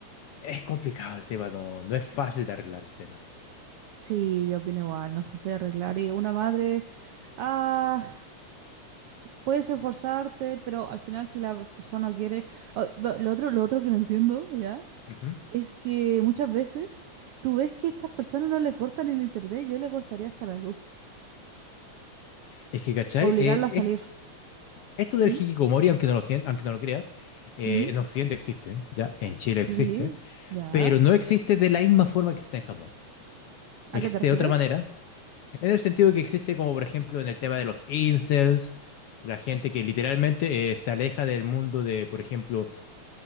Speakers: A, on the left; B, on the right.
A: Es complicado el tema, no, no es fácil de arreglar ese tema.
B: Sí, yo opino igual, no es fácil de arreglar. Y una madre, ah, puedes esforzarte, pero al final si la persona quiere... Ah, bu- lo otro, lo otro que no entiendo, ¿ya?
A: Ujú.
B: Es que muchas veces tú ves que estas personas no le cortan el internet, yo le cortaría hasta la luz.
A: Es que, ¿cachai?
B: Obligarlo
A: Eh,
B: a salir.
A: es- esto del
B: ¿Mm?
A: hikikomori, aunque no lo, sien- aunque no lo creas, eh,
B: Ujú.
A: en Occidente existe, ¿ya? En Chile
B: Sí,
A: existe,
B: ya.
A: pero no existe de la misma forma que existe en Japón. Existe
B: ¿A qué te refieres?
A: de otra manera, en el sentido que existe como, por ejemplo, en el tema de los incels, la gente que literalmente eh, se aleja del mundo de, por ejemplo,